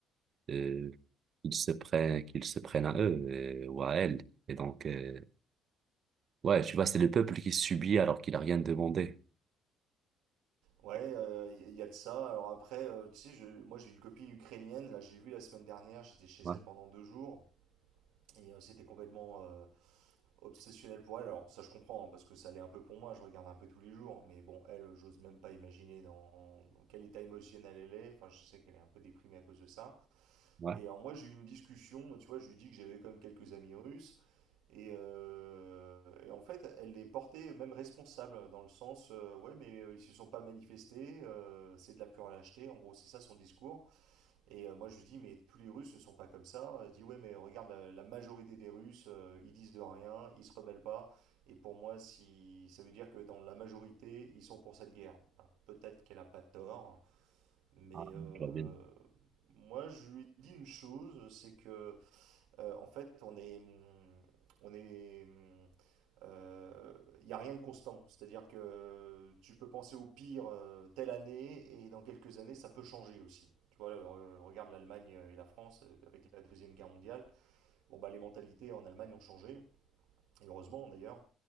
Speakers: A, on the right (about 45°); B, on the right (about 85°).
A: de qu'ils se prennent, qu'ils se prennent à eux euh, ou à elles. Et donc, euh, ouais, tu vois, c'est le peuple qui subit alors qu'il a rien demandé.
B: Ouais, euh, il y a de ça. Alors après, euh, tu sais, je, moi j'ai une copine ukrainienne, là j'ai vu la semaine dernière, j'étais chez
A: Ouais,
B: elle pendant deux jours, et euh, c'était complètement euh, obsessionnel pour elle. Alors ça je comprends, hein, parce que ça l'est un peu pour moi, je regarde un peu tous les jours, mais bon, elle, j'ose même pas imaginer dans, dans quel état émotionnel elle est, enfin je sais qu'elle est un peu déprimée à cause de ça.
A: ouais.
B: Et alors moi j'ai eu une discussion, tu vois, je lui dis que j'avais quand même quelques amis russes, et, euh, et en fait, elle les portait même responsables, dans le sens, euh, ouais, mais euh, ils se sont pas manifestés, euh, c'est de la pure lâcheté, en gros, c'est ça son discours. Et euh, moi, je lui dis, mais tous les Russes ne sont pas comme ça. Elle dit, ouais, mais regarde, la, la majorité des Russes, euh, ils disent de rien, ils se rebellent pas. Et pour moi, si, ça veut dire que dans la majorité, ils sont pour cette guerre. Alors, Peut-être qu'elle a pas tort, mais
A: Ah,
B: euh,
A: je vois bien.
B: moi, je lui dis une chose, c'est que, euh, en fait, on est. hum, On est. hum, il euh, n'y a rien de constant. C'est-à-dire que tu peux penser au pire euh, telle année et dans quelques années, ça peut changer aussi. Tu vois, euh, regarde l'Allemagne et la France euh, avec la Deuxième Guerre mondiale. Bon, bah, les mentalités en Allemagne ont changé, et heureusement d'ailleurs.